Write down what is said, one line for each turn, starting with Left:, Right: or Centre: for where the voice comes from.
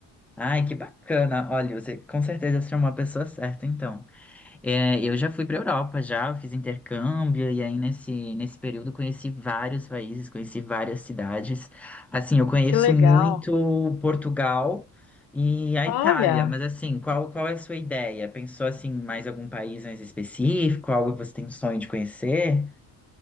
Centre: Ai, que bacana! Olha, você com certeza será uma pessoa certa, então. É, eu já fui para Europa, já eu fiz intercâmbio e aí nesse, nesse período conheci vários países, conheci várias cidades. Assim, eu conheço
Left: Que legal.
Centre: muito Portugal e a
Left: Olha.
Centre: Itália, mas assim, qual, qual é a sua ideia? Pensou assim, mais algum país mais específico, algo que você tem sonho de conhecer?